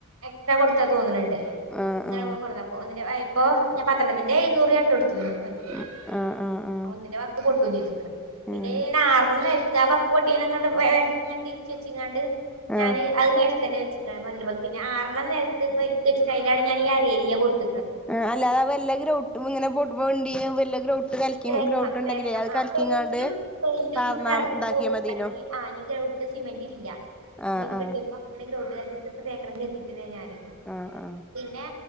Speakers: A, on the right (about 80°); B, in the centre.
A: എക്സ്ട്രാ കൊടുത്താ തോന്ന്ണ് ണ്ട്
B: ആ
A: ഇങ്ങനെ
B: ആ
A: പറഞ്ഞപ്പോ ന്നിട്ട് അയ് പ്പൊ ഞാ പത്തണ്ണത്തിന്റെ എഴുന്നൂർ ഞാട്ടോട്ത്. <unintelligible>
B: ഉം ആ ആ ആ
A: ഒന്നിന്റെ വക്ക് പൊട്ടും ചെയ്ത്. <inaudible> പിന്നെ
B: ഉം
A: ഇൻ ആറെണ്ണ. തവക്ക് പൊട്ടിനങ്ങ ഇങ്ങനെ തിരിച് വെച്ചിങ്ങാണ്ട്
B: ആ
A: ഞാന് അതെങ്ങ് എടു തന്നെ വെച്ചി ട്ട മധരമി ക്ക് പിന്നെ ആറെണം നേരത്ത് വെച്ചിട്ട് കയ്യിലാണ് ഞൻ ഈ അരലിയ കൊടുത്തത്
B: ആഹ് അല്ലാ വല്ല ഗ്രൗട്ടും ഇങ്ങനെ പു വണ്ടിയ വല്ല ഗ്രൗട്ട് കലക്കി
A: തേക്കണം
B: ഗ്രൗട്ട് ഉണ്ടെങ്കിലേ
A: തേക്കണം
B: അത്
A: ആ
B: കലക്കിങ്ങാണ്ട്
A: പെയിന്റും, പെയിന്റ്
B: പാർന്നാ
A: ഇത്ങ്ങ്ട്ട് എറ <unintelligible>
B: ഇതാക്കിയാ മതീനു
A: ആനി ഗ്രൗട്ട് സിമെന്റ് ഇല്ല
B: ആ
A: ഇനി
B: ആ
A: കിട്ടുമ്പോ അങ്ങനെ ഗ്രൗട്ട് തേക്കണങ്കി എത്തിയിട്ടുണ്ടങ്കി ഞാന്
B: ആ ആ
A: പിന്നെ